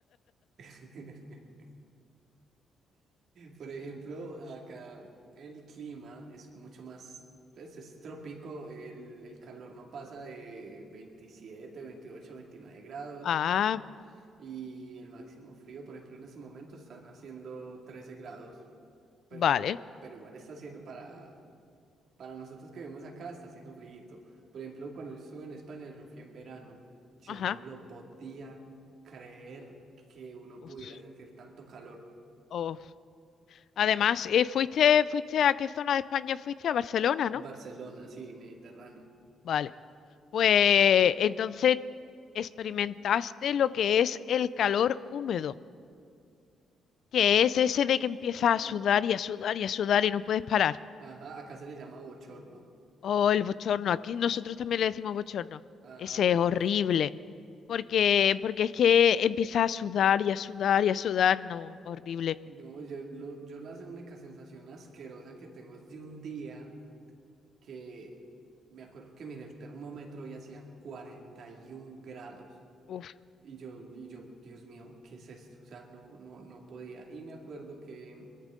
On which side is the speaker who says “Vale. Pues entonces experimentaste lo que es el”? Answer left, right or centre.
Left